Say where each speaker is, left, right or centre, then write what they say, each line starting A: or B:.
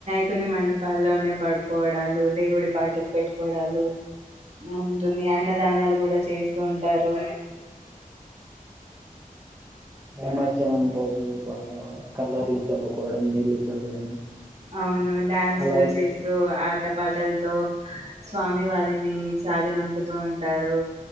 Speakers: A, on the right; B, on the right.
A: కొని మండపాల్లోనే పడుకోవడాలు, దేవుడి పాటలు పెట్టుకోవడాలు ఉంటుంది. అన్నదానాలు కూడా చేస్తూ ఉంటారు.
B: నిమార్జనం రోజు బాగా కలర్లు చల్లుకోవడం నీళ్లు చల్లడం
A: అవును డ్యాన్స్
B: అలాగే
A: లు చేస్తూ ఆట పాటల్తో స్వామి వారిని సాగనం చెతూ ఉంటారు